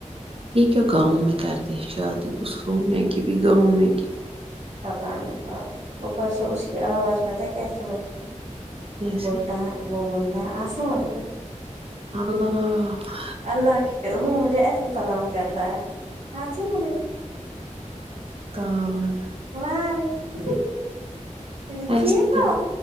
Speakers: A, on the right; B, on the right.
A: یہ کیا گاؤں میں کرتے ہیں شادی اس سنیا کی بھی گاؤں میں کی
B: پتا نہی پر اپر سے اسکی آواز پتا ہے کیسی ہوتی ہے
A: جیسے
B: بولتا ہے وہ بولتا ہے السلام علیکم
A: ہاں
B: اللہ کی وہ مجھے ایسے سلام کرتا ہے السلام علیکم
A: گاؤ والا
B: ہا تھک
A: ایسے
B: ٹھیک ہو